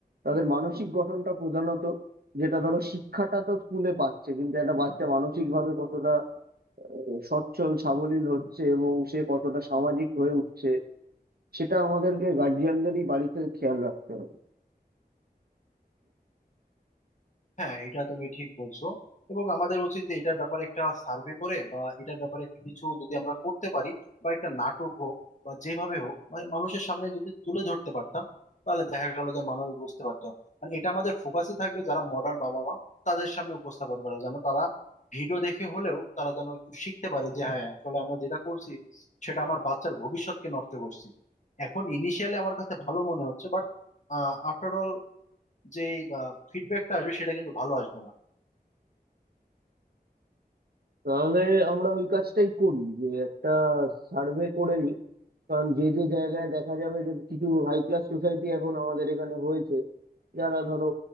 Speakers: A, on the right (about 70°); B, on the left (about 45°).
A: তাদের মানসিক গঠনটা প্রধানত যেটা ধরো শিক্ষাটা তো স্কুলে পাচ্ছে কিন্তু একটা বাচ্চা মানসিক ভাবে কতটা আহ, সচ্ছল সাবলীল হচ্ছে এবং সে কতটা সামাজিক হয়ে উঠছে সেটা আমাদেরকে গার্জিয়ানদেরই বাড়িতে খেয়াল রাখতে হবে
B: হ্যাঁ এটা তুমি ঠিক বলছো এবং আমাদের উচিত যে এটার ব্যাপারে একটা সার্ভে করে বা এটার ব্যাপারে একটু কিছু যদি আমরা করতে পারি বা একটা নাটক হোক বা যেভাবে হোক মানে মানুষের সামনে যদি তুলে ধরতে পারতাম তাহলে দেখা গেল যে মানুষ বুঝতে পারতো মানে এটা আমাদের ফোকাসই থাকবে যারা মডার্ন বাবা মা তাদের সামনে উপস্থাপন করা যেন তারা ভিডিও দেখে হলেও তারা যেন একটু শিখতে পারে যে হ্যাঁ আসলে আমরা যেটা করছি সেটা আমার বাচ্চার ভবিষ্যৎকে নষ্ট করছি এখন ইনিশিয়ালি আমার কাছে ভালো মনে হচ্ছে বাট আফটার অল যে ফিডব্যাকটা আসবে সেটা কিন্তু ভালো আসবে না
A: তাহলে আমরা ওই কাজটাই করি যে একটা সার্ভে করে নিই কারণ যে যে জায়গায় দেখা যাবে যে কিছু হাই ক্লাস সোসাইটি এখন আমাদের এখানে হয়েছে যারা ধরো